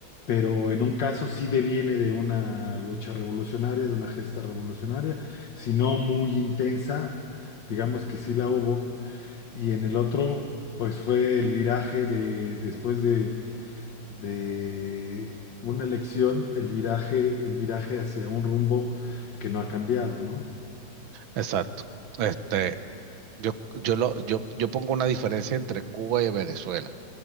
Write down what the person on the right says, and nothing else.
Exacto. Este, yo, yo lo, yo, yo pongo una diferencia entre Cuba y Venezuela.